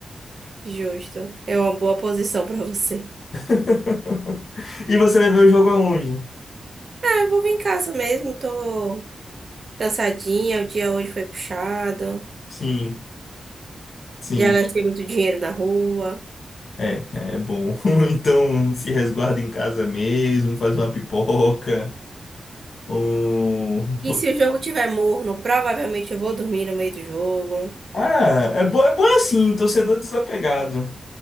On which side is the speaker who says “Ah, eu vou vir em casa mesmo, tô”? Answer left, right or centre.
Right